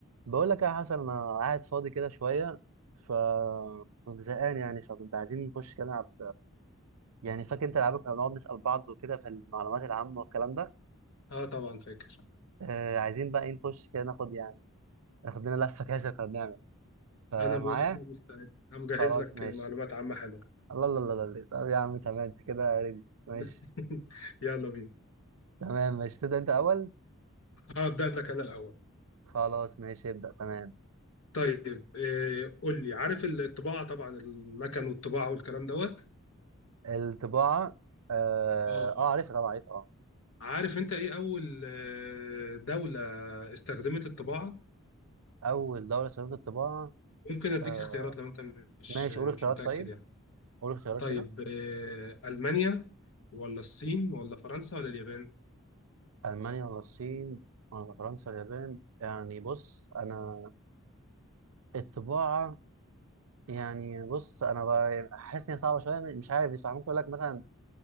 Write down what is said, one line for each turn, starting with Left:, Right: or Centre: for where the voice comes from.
Right: بقول لك يا حسن انا قاعد فاضي كده شويه ف زهقان يعني فكنت عايزين نخش كده نلعب يعني فاكر انت العاب كنا بنقعد نسال بعض وكده في المعلومات العامه والكلام ده
Left: اه طبعا فاكر
Right: آه عايزين بقى ايه نخش كده ناخد يعني ناخد لنا لفه كده زي ما كنا بنعمل فمعايا
Left: انا موافق انا مستعد انا مجهز
Right: خلاص
Left: لك
Right: ماشي
Left: معلومات عامة حلوة
Right: الله الله الله الله طب يا عم تمام انت كده ريدي ماشي
Left: <laughs> يلا بينا
Right: تمام ماشي تبدا انت اول
Left: هبدأ لك انا الاول
Right: خلاص ماشي ابدا تمام
Left: طيب إيه قول لي عارف الطباعة طبعا المكن والطباعة والكلام دوت
Right: الطباعه اه,
Left: اه
Right: آه عارفها طبعا عارفها اه
Left: عارف انت ايه اول آه، دولة استخدمت الطباعة
Right: اول دوله استخدمت الطباعه
Left: ممكن اديك
Right: آه
Left: اختيارات لو انت مش
Right: ماشي
Left: مش
Right: قول اختيارات
Left: متأكد
Right: طيب
Left: يعني
Right: قول اختيارات
Left: طيب
Right: كده
Left: آه، ألمانيا ولا الصين ولا فرنسا ولا اليابان
Right: ألمانيا ولا الصين ولا فرنسا ولا اليابان يعني بص أنا الطباعة يعني بص أنا ب- حاسس إن هي صعبة شوية مش عارف بس ممكن أقول لك مثلا